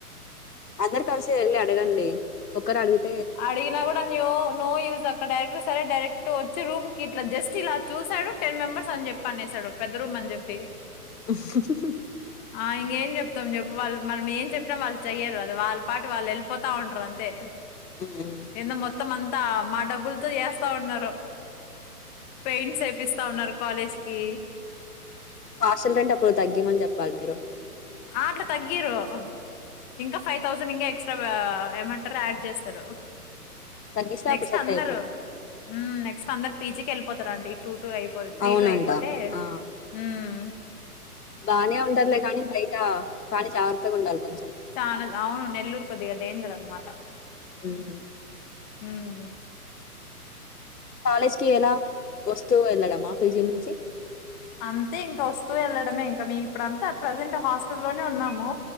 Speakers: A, on the left (about 90°); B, on the left (about 30°).
A: అందరు కలిసి వెళ్ళి అడగండి ఒక్కరు అడుగుత్
B: అడిగినా కూడా న్యో నో యూజ్ అక్కడ డైరెక్ట్ సరే డైరెక్ట్ టు వచ్చి రూమ్ కి ఇట్లా జస్ట్ ఇలా చూసాడు టెన్ మెంబర్స్ అని చెప్ప అనేసాడు పెద్ద రూమ్ అని చెప్పి
A: <unintelligible>
B: ఆ ఎంగేం చెప్తాం చెప్పు వాళ్ళు మనం ఏం చెప్పినా వాళ్ళు చెయ్యరు. కదా వాళ్ళ పాటు వాళ్ళు వెళ్ళిపోతా ఉంటారు అంతే
A: ఉ ఉమ్
B: ఏందో మొత్తం అంతా మా డబ్బులతో ఏస్తా ఉన్నారు. పెయింట్స్ ఏపిస్తా ఉన్నారు కాలేజ్కి
A: హాస్టల్ రెంట్ అప్పుడు తగ్గియమని చెప్పాలి మీరు
B: ఆ అట్లా తగ్గియరు. ఇంకా ఫైవ్ థౌసండ్ ఇంకా ఎక్స్ట్రా ఏమంటారు యాడ్ చేస్తారు.
A: తగ్గిస్తే
B: నెక్స్ట్
A: అప్పుడు సెట్
B: అందరూ
A: అయిపోద్ది
B: నెక్స్ట్ అందరు పీజికి వెళ్ళిపోతారండి టూ టూ అయిపో త్రీ
A: అవునంట
B: టూ అయిపోతే
A: ఆ
B: హ్మ్
A: బానే ఉంటదిలే గానీ బయట కానీ జాగ్రత్తగా ఉండాలి. కొంచెం
B: చానా అవును నెల్లూరు కొద్దిగా డేంజర్ అనమాట
A: ఉమ్
B: హ్మ్
A: కాలేజ్కి ఎలా వస్తూ వెళ్ళడం ఆ పీజి నుంచి
B: అంతే ఇంకా వస్తూ వెళ్ళడమే ఇంకా మేము ఇప్పుడంతా ప్రజెంట్ హాస్టల్లోనే ఉన్నాము.